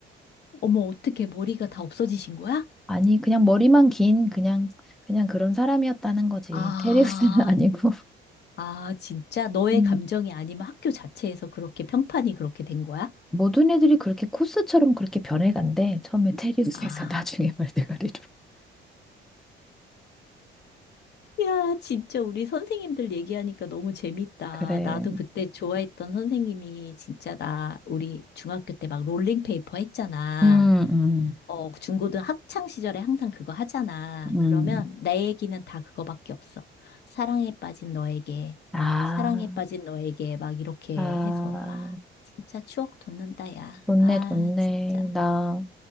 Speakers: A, on the left; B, in the centre.
A: 어머, 어떻게 머리가 다 없어지신 거야?
B: 아니, 그냥 머리만 긴, 그냥, 그냥 그런 사람이었다는 거지.
A: 아,
B: 테리우스는 <laughs> 아니고.
A: 아, 진짜 너의
B: 음.
A: 감정이 아니면 학교 자체에서 그렇게 평판이 그렇게 된 거야?
B: 모든 애들이 그렇게 코스처럼 그렇게 변해간대. 처음에 테리우스에서
A: 아,
B: <laughs> 나중에 말대가리로.
A: 야, 진짜 우리 선생님들 얘기하니까 너무 재밌다.
B: 그래.
A: 나도 그때 좋아했던 선생님이 진짜 나, 우리 중학교 때 막 롤링페이퍼 했잖아.
B: 음, 음,
A: 어, 그 중고등 학창 시절에 항상 그거 하잖아.
B: 음.
A: 그러면 내 얘기는 다 그거밖에 없어. 사랑에 빠진 너에게,
B: 아,
A: 사랑에 빠진 너에게 막 이렇게
B: 아,
A: 해서, 아, 진짜 추억 돋는다, 야.
B: 좋네,
A: 아,
B: 좋네.
A: 진짜.
B: 나,